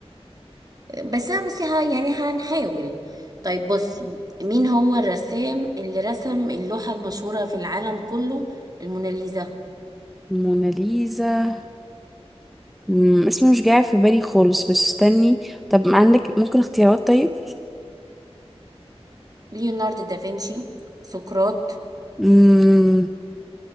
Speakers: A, on the right; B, in the centre.
A: بس أنا بصي ها يعني هنحاول طيب بصي مين هو الرسام اللي رسم اللوحة المشهورة في العالم كله الموناليزا
B: موناليزا مم، اسمه مش جاي في بالي خالص بس استني طب عندك ممكن اختيارات طيب
A: ليوناردو دافنشي سقراط
B: مم،